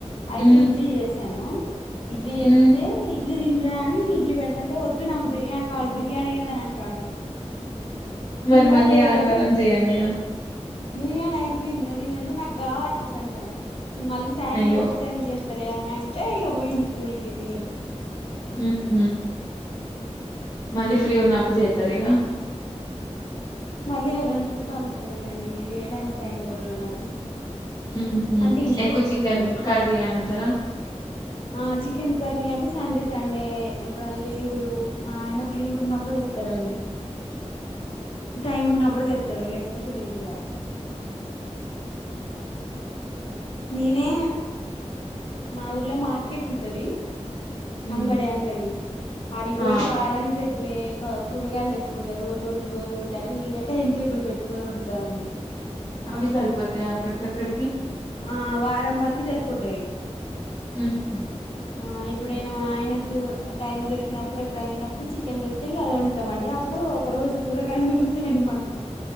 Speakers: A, on the left; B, on the left.
A: అయితే
B: హ్మ్
A: ఇడ్లీ చేసాను ఇడ్లీ
B: హ్మ్
A: చేతే ఇడ్లీ తిండరా అని ఇడ్లీ పెడతంటే వద్దు నాకు బిర్యానీ కావాలి బిర్యానీ ఏద అనంటే
B: మరి
A: బిర్యానీ
B: మళ్ళీ
A: లేదుర
B: ఆదివారం చేయండి ఇగ.
A: బిర్యానీ అయిపోయింది ర లేదంటే నాకు కావాలి ఇప్పుడు అంటాడు నువు మళ్ళీ సాయంత్రం
B: అయ్యో
A: వచ్చేసరికి చేస్తా స్తలే అనంటే ఇగ పోయిండు స్కూల్కి తిని
B: ఓహో మళ్ళీ ఫ్రీ ఉన్నప్పుడు జేత్తర ఇగా
A: మళ్లీ ఎవరైనా చుట్టాలు వత్తేనే నండి వేయడానికి టైం కూడా ఉండదు నాకు
B: ఉహు
A: అంటే ఇంట్రెస్ట్
B: ఎక్కువ చికెన్
A: ఉండదు
B: కర్రీ వండుతారా
A: ఆ చికెన్ కర్రీ అంటే సండే సండే ఎప్పుడైనా లీవులు మా ఆయనకు లీవ్ ఉన్నప్పుడు తెత్తడండి టైం ఉన్నప్పుడు తెత్తడు లేకపోతే లేదు ఇగ నేనే మా ఊర్లో మార్కెట్ ఉంటది
B: హుహ్
A: అంగడి అంగడి ఆడిపోయి
B: ఆ
A: వారని జరి పోయి కూరగాయలు తెచ్చుకుంటారు రోజోటి రోజోటి అని నేనే టైమ్ టేబుల్ పెట్టుకొని వండుతానండి
B: అవి సరిపోతాయ అక్కడికక్కడికి
A: ఆ వారం వరకు సరిపోతాయి
B: ఉమ్
A: ఆ ఎప్పుడైనా ఆయనకు టైం దొరికినప్పుడు ఎప్పుడైన ఉన్నప్పుడు చికెన్ ఇగ అది వండుతామండి అప్పుడు ఒక రోజు కూరగాయలు మిగుతాయండి మాకు